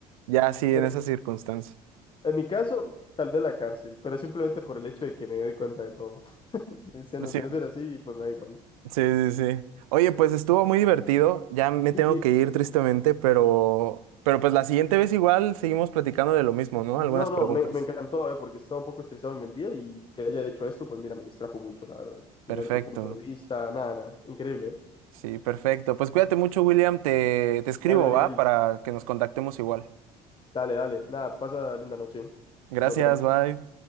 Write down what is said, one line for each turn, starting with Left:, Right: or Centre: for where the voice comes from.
Right: Ya, sí,
Left: En
Right: en esas
Left: mi,
Right: circunstancias
Left: en mi caso, tal vez la cárcel, pero simplemente por el hecho de que me doy cuenta de todo. <laughs> De no
Right: sí
Left: de no ser así, pues me da igual.
Right: Sí, sí, sí. Oye, pues estuvo muy divertido. Ya me
Left: Sí,
Right: tengo
Left: sí,
Right: que
Left: sí.
Right: ir tristemente, pero, pero pues la siguiente vez igual seguimos platicando de lo mismo, ¿no?
Left: No,
Right: Algunas preguntas.
Left: no, me, me encantó, eh, porque estaba un poco estresado en el día y que haya hecho esto, pues mira, me distrajo mucho, la verdad.
Right: Perfecto.
Left: Y ver tu punto de vista, nada, nada. Increíble, eh.
Right: Sí, perfecto. Pues cuídate mucho, William. Te, te escribo,
Left: Dale, Uriel.
Right: ¿va? Para que nos contactemos igual.
Left: Dale, dale. Nada, pasa linda noche.
Right: Gracias,
Left: Nos vemos.
Right: bye.